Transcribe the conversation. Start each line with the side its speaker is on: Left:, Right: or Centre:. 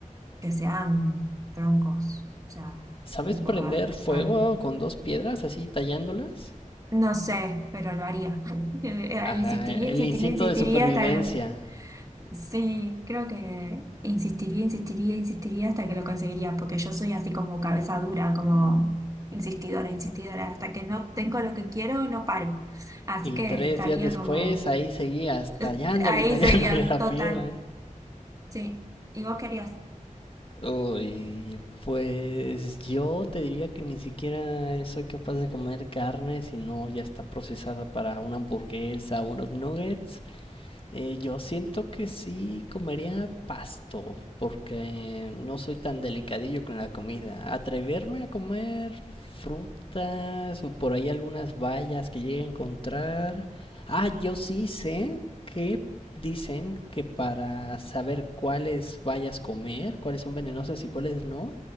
Right: que sean troncos, o sea,
Left: ¿Sabes
Right: un
Left: prender
Right: po- ar-
Left: fuego
Right: ar-
Left: con dos piedras así tallándolas?
Right: no sé, pero lo haría. <laughs> Eh,
Left: Ajá,
Right: Insistiría,
Left: el
Right: insistiría,
Left: instinto
Right: insistiría
Left: de supervivencia.
Right: hasta que... lo- Sí, creo que insistiría, insistiría, insistiría hasta que lo conseguiría, porque yo soy así como cabeza dura, como insistidora, insistidora, hasta que no tengo lo que quiero, no paro. Así
Left: Y
Right: que
Left: tres
Right: estaría
Left: días después
Right: como...
Left: ahí seguías
Right: <laughs>
Left: tallándole
Right: Ahí
Left: y tallándole
Right: seguía,
Left: la
Right: total,
Left: piedra. ¿eh?
Right: sí. ¿Y vos querías?
Left: Uy, pues yo te diría que ni siquiera soy capaz de comer carne si no ya está procesada para una hamburguesa o unos nuggets. Eh, yo siento que sí comería pasto, porque no soy tan delicadillo con la comida. Atreverme a comer frutas o por ahí algunas bayas que llegue a encontrar. Ah, yo sí sé que dicen que para saber cuáles bayas comer, cuáles son venenosas y cuáles no,